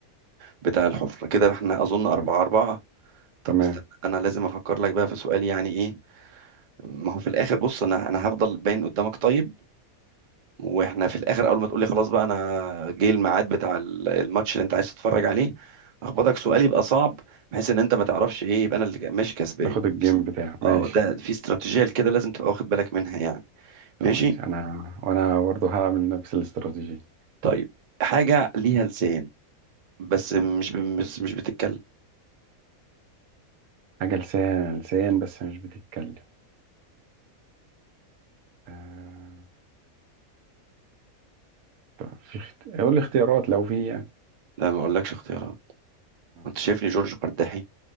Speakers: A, on the right; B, on the right.
A: بتاع الحفرة كده احنا أظن أربعة
B: تمام
A: أربعة طب
B: تمام.
A: استنى أنا لازم أفكر لك بقى في سؤال يعني إيه ما هو في الآخر بص أنا أنا هفضل باين قدامك طيب وإحنا في الآخر أول ما تقولي خلاص بقى أنا جه الميعاد بتاع ال- الماتش اللي أنت عايز تتفرج عليه أخبطك سؤال يبقى صعب بحيث إن أنت ما تعرفش إيه يبقى أنا اللي ماشي كسبان
B: تاخد الجيم بتاع ماشي
A: أه ده في استراتيجية كده لازم تبقى واخد بالك منها يعني
B: طب
A: ماشي
B: ماشي أنا وأنا برضه هعمل نفس الاستراتيجية
A: طيب حاجة ليها لسان بس مش بس مش بتتكلم
B: حاجة لسان لسان بس مش بتتكلم آه. طب في اخت... قول لي اختيارات لو في يعني
A: لا ما أقولكش اختيارات
B: آه.
A: أنت شايفني جورج قرداحي